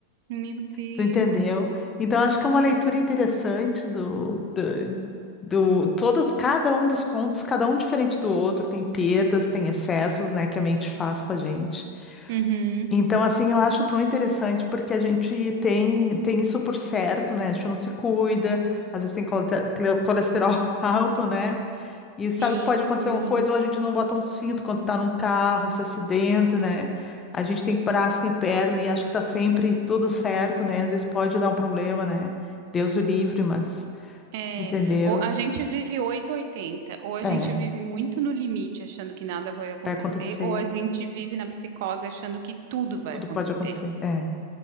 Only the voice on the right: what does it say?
Hum, Meu Deus.
Uhum.
Sim.
É,
ou a gente vive oito ou oitenta, ou a
gente vive muito no limite, achando que nada vai acontecer,
ou a gente vive na psicose achando que tudo vai
acontecer.